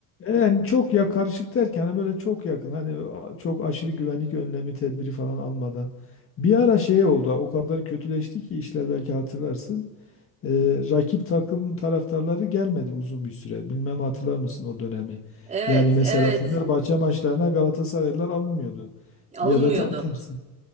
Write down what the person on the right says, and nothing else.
Evet,
evet.
Alınmıyordu.